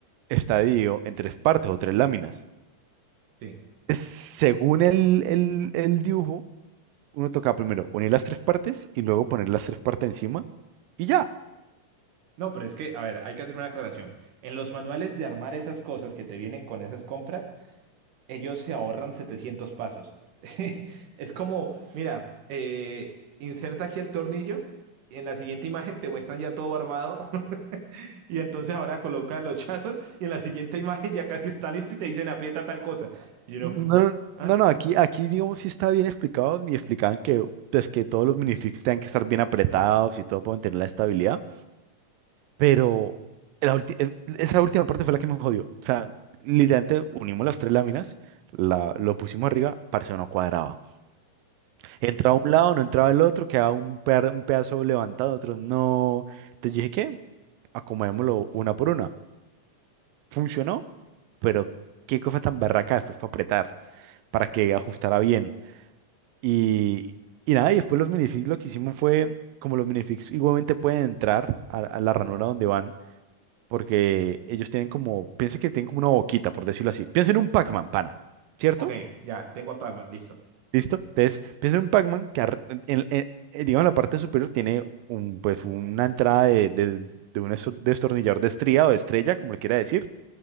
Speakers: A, on the right; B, on the right.
A: está dividido en tres partes o tres láminas.
B: Sí.
A: Es- según el, el, el dibujo, uno toca primero unir las tres partes y luego poner las tres partes encima y ya.
B: No, pero es que, a ver, hay que hacer una aclaración. En los manuales de armar esas cosas que te vienen con esas compras, ellos se ahorran 700 pasos. <laughs> Es como, mira, eh, inserta aquí el tornillo, y en la siguiente imagen te muestran ya todo armado, <laughs> y entonces ahora coloca los chazos, y en la siguiente imagen ya casi está listo y te dicen aprieta tal cosa. Y uno,
A: No,
B: ¿ah?
A: no, no, aquí, aquí digamos sí está bien explicado, me explicaban que, pues, que todos los minifigs tengan que estar bien apretados y todo para mantener la estabilidad. Pero la ulti- eh, esa última parte fue la que me jodió. O sea, literalmente unimos las tres láminas, la, lo pusimos arriba, parce, no cuadraba. Entraba un lado, no entraba el otro, quedaba un, per- un pedazo levantado, otro no. Entonces dije, ¿qué? Acomodémoslo una por una. Funcionó, pero qué cosa tan barraca después para apretar, para que ajustara bien. Y, y nada, y después los minifix lo que hicimos fue, como los minifix igualmente pueden entrar a a la ranura donde van. porque ellos tienen como, piensen que tienen como una boquita, por decirlo así. Piensen en un Pac-Man, pana, ¿cierto?
B: Ok, ya, tengo a Pac-Man, listo.
A: ¿Listo? Entonces, piensen en un Pac-Man que, ar- en, en- en, digamos, en la parte superior tiene un, pues, una entrada de, de, de un esto- destornillador de estría o de estrella, como le quiera decir.